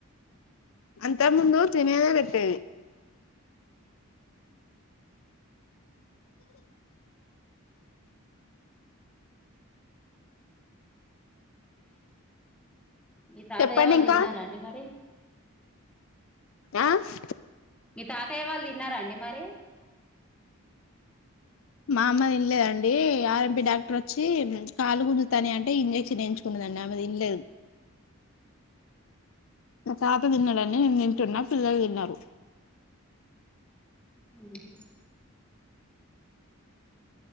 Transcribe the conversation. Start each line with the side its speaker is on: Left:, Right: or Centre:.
Left: అంత ముందు తినేవె వెట్టేది.
Centre: మీ తాతయ్య
Left: చెప్పండి
Centre: వాళ్ళు
Left: ఇంకా
Centre: తిన్నరా అండి మరి.
Left: ఆహ్.
Centre: మీ తాతయ్య వాళ్ళు తిన్నరా అండి మరి.
Left: మా అమ్మ దిన్లేదండి ఆర్ ఎం పి డాక్టర్ ఒచ్చి కాలు గుంజుతాన్నయ్ అంటే ఇంజెక్షన్ ఎయించుకున్నది. దండి ఆమె తిన్లేదు. మా తాత తిన్నడని నేను తింటున్నా పిల్లలు తిన్నరు.
Centre: ఊహు.